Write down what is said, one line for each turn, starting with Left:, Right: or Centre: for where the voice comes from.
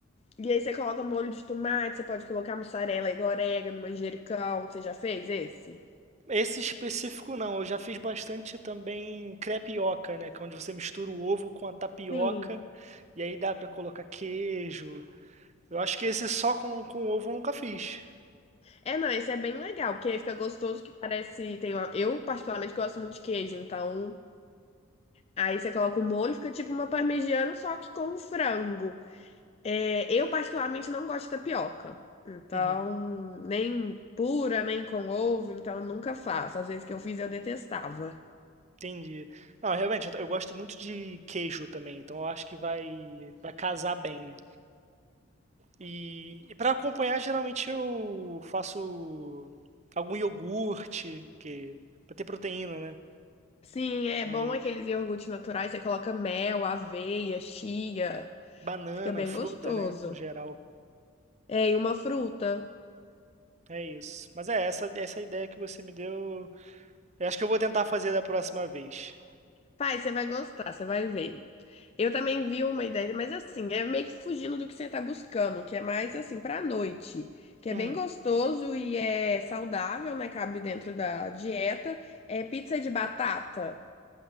Left: E aí você coloca molho de tomate, você pode colocar mussarela, e orégano, manjericão. Você já fez esse?
Right: Esse específico não, eu já fiz bastante também crepioca, né? Que é onde você mistura o ovo com a tapioca
Left: Sim.
Right: e aí dá pra colocar queijo. Eu acho que esse só com, com ovo eu nunca fiz.
Left: É, não, esse é bem legal, porque aí fica gostoso que parece. Tem uma... Eu, particularmente, gosto muito de queijo, então. Aí você coloca o molho, fica tipo uma parmegiana, só que com frango. É, eu particularmente não gosto de tapioca. Então,
Right: Uhum,
Left: nem pura, nem com ovo, então eu nunca faço. Às vezes que eu fiz eu detestava.
Right: entendi. Não, realmente, eu, eu gosto muito de queijo também, então eu acho que vai, vai casar bem. E, e para acompanhar, geralmente eu faço algum iogurte, que, pra ter proteína, né?
Left: Sim, é
Right: Mas
Left: bom aqueles iogurtes naturais, você coloca mel, aveia, chia.
Right: banana,
Left: Fica bem
Right: fruta,
Left: gostoso.
Right: né? No geral.
Left: É, e uma fruta.
Right: É isso. Mas é, essa, essa ideia que você me deu. Eu acho que eu vou tentar fazer da próxima vez.
Left: Pai, você vai gostar, você vai ver. Eu também vi uma ideia, mas assim, é meio que fugindo do que você tá buscando, que é mais assim pra noite, que
Right: Uhum.
Left: é bem gostoso e é saudável, né? Cabe dentro da dieta. É pizza de batata.